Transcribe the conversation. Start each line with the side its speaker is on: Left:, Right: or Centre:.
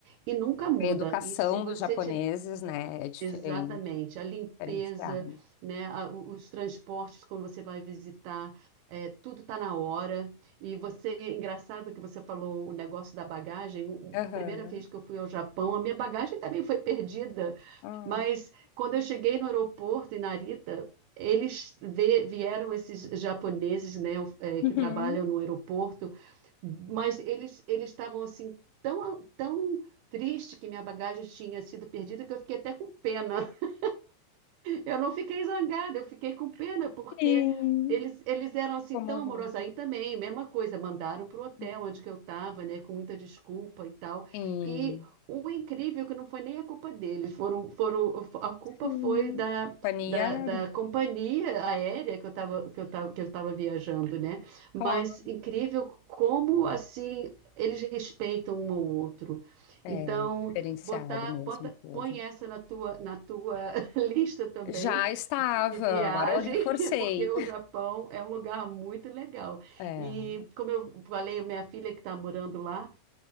Right: e nunca muda.
Left: A educação
Right: E se você
Left: dos japoneses,
Right: ti-
Left: né, é diferente,
Right: Exatamente, a limpeza,
Left: diferenciada.
Right: né, a- o- os transportes quando você vai visitar, é, tudo tá na hora. E você, engraçado que você falou o negócio da bagagem. o- o-
Left: Aham.
Right: A primeira vez que eu fui ao Japão, a minha bagagem também foi perdida.
Left: Ah.
Right: Mas quando eu cheguei no aeroporto em Narita, eles ve- vieram esses japoneses, né, o- é,
Left: Uhum.
Right: que trabalham no aeroporto, mas eles eles estavam assim tão tão triste que minha bagagem tinha sido perdida, que eu fiquei até com pena. <laughs> Eu não fiquei zangada, eu fiquei com pena, porque
Left: Sim.
Right: eles, eles eram assim
Left: Comovente.
Right: tão amorosos. Aí também, mesma coisa, mandaram para o hotel
Left: Uhum.
Right: onde que eu estava, né, com muita desculpa e tal.
Left: Sim.
Right: E o incrível é que não foi nem a culpa deles, foram, foram, a culpa
Left: Sim.
Right: foi da,
Left: Companhia
Right: da,
Left: aérea,
Right: da companhia aérea que eu estava que eu tava, que eu tava viajando, né?
Left: claro.
Right: Mas incrível como assim eles respeitam um ao outro.
Left: É
Right: Então,
Left: diferenciado
Right: botar,
Left: mesmo
Right: bota,
Left: o povo.
Right: põe essa na tua, na tua <laughs> lista também
Left: Já estava,
Right: de de viagem,
Left: agora eu reforcei.
Right: <laughs> porque o Japão é um lugar muito legal.
Left: É.
Right: E como eu falei, minha filha que está morando lá,